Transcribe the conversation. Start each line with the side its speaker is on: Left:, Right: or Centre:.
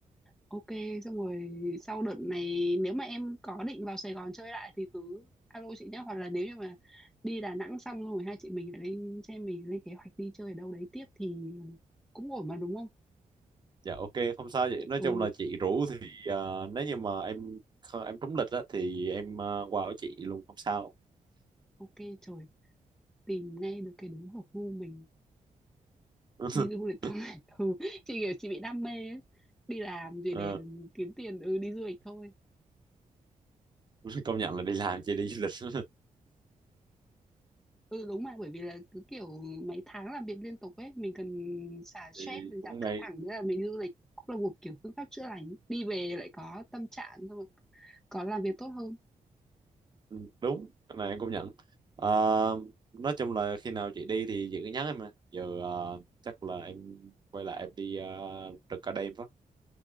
Centre: Ok, xong rồi sau đợt này nếu mà em có định vào Sài Gòn chơi lại thì cứ alo chị nhé hoặc là nếu như mà đi Đà Nẵng xong rồi hai chị mình lại lên xem mình lên kế hoạch đi chơi ở đâu đấy tiếp thì cũng ổn mà đúng không?
Right: dạ ok không sao vậy nói
Centre: Ừ,
Right: chung là chị rủ thì ờ, nếu như mà em kh- em trúng lịch á thì em ờ, qua ở chị luôn không sao
Centre: ok trời, tìm ngay được cái đúng hợp gu mình
Right: <laughs>
Centre: đi du lịch thôi <laughs> ừ chị kiểu chị bị đam mê ấy. đi làm gì
Right: Ờ,
Centre: để kiếm tiền ừ đi du lịch thôi
Right: công nhận là đi làm chị đi du lịch <laughs>
Centre: ừ đúng mà bởi vì là cứ kiểu mấy tháng làm việc liên tục ấy mình cần xả stress
Right: thì
Centre: mình
Right: cũng
Centre: giảm căng
Right: may
Centre: thẳng nữa là mình đi du lịch cũng là một kiểu phương pháp chữa lành đi về lại có tâm trạng xong rồi có làm việc tốt hơn
Right: Ừ, đúng cái này em cũng nhận Ờ, nói chung là khi nào chị đi thì chị cứ nhắn em mà giờ ờ, chắc là em quay lại em đi uh, trực ở đây em phát